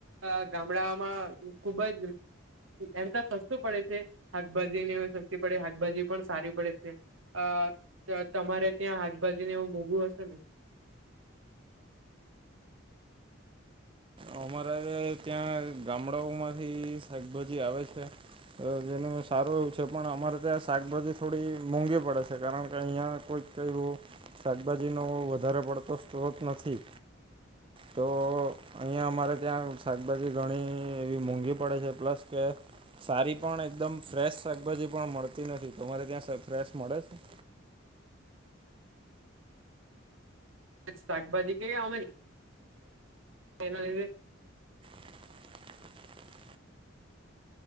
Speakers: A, on the right (about 90°); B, on the right (about 25°).
A: અ ગામડામાં ખુબ જ એમ તો સસ્તું પડે છે. શાકભાજી ની શક્તી પડે શાકભાજી પણ સારી પડે છે, અ તમારે ત્યાં શાકભાજી ને એવ મોઘું હશે ને?
B: અમારાજ ત્યાં ગામડાઓ માંથી શાકભાજી આવે છે. તો જેનું સારું એવું છે પણ અમારે ત્યાં શાકભાજી થોડી મોંઘી પડે છે કારણ કે અહીંયા કોઈ ક શાકભાજી નો વધારે પડતો સ્ત્રોત નથી. તો અહીંયા અમારે ત્યાં શાકભાજી ઘણી એવી મોંઘી પડે છે પ્લસ કે સારી પણ એકદમ ફ્રેશ શાકભાજી પણ મળતી નથી તમારે ત્યાં ફ્રેશ મળે છે?
A: શાકભાજી કે અમે એના લીધે
B: <inaudible>